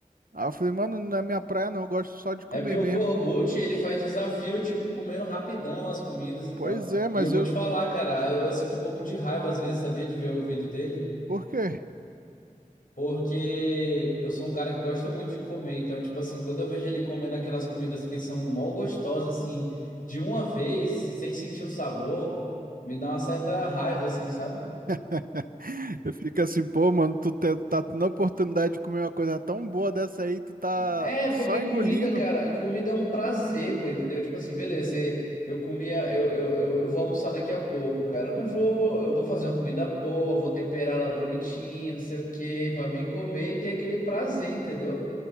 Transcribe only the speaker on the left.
É
porque o
Corbucci, ele faz desafio, tipo, comendo rapidão as comidas e tal.
E eu vou
te falar, cara, eu, eu sinto um pouco de raiva às vezes, sabia, de ver o vídeo dele?
Porque eu sou um cara que gosta muito de comer. Então, tipo assim, quando eu vejo ele comendo aquelas comidas que são mó gostosas, assim, de uma vez, sem sentir o sabor, me dá uma certa raiva, assim, sabe?
É,
porque comida,
cara, comida é um prazer, pô, entendeu? Tipo assim, beleza, você- eu comia, eu, eu, eu, eu vou almoçar daqui a pouco, cara. Eu não vou, eu vou fazer uma comida boa, vou temperá-la bonitinha, não sei o quê, pra mim comer e ter aquele prazer, entendeu?